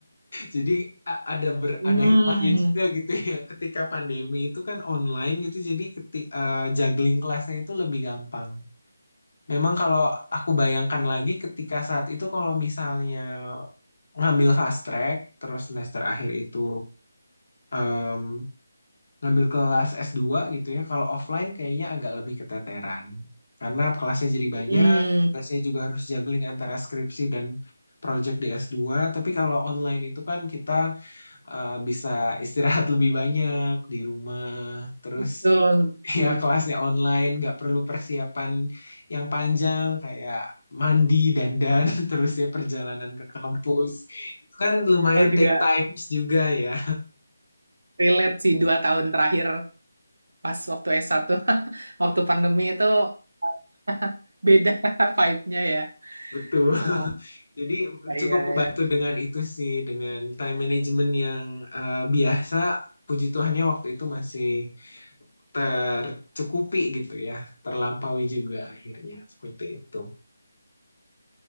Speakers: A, on the left; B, on the right.
A: Jadi a- ada ber,
B: Hmm,
A: ada hikmahnya juga gitu ya. Ketika pandemi itu kan online gitu jadi keti, eh, juggling kelasnya itu lebih gampang. Memang kalau aku bayangkan lagi ketika saat itu kalau misalnya ngambil fast track terus semester akhir itu em, ngambil kelas s dua gitu ya kalau offline kayaknya agak lebih keteteran karena kelasnya jadi banyak
B: hmm,
A: saya juga harus juggling antara skripsi dan project di s dua. tapi kalau online itu kan kita eh, bisa istirahat lebih banyak di rumah. Terus
B: betul. betul.
A: <laughs> ya kelasnya online, nggak perlu persiapan yang panjang kayak mandi, dandan, <laughs> terus ya perjalanan ke kampus. Itu kan lumayan
B: Aku juga
A: take times juga ya,
B: relate sih dua tahun terakhir pas waktu s satu <laughs> waktu pandemi itu <laughs> beda vibe-nya ya.
A: betul.
B: So,
A: <laughs> Jadi
B: iya,
A: cukup kebantu
B: iya.
A: dengan itu sih, dengan time management yang eh, biasa. Puji Tuhannya waktu itu masih tercukupi gitu ya, terlampaui juga akhirnya seperti itu.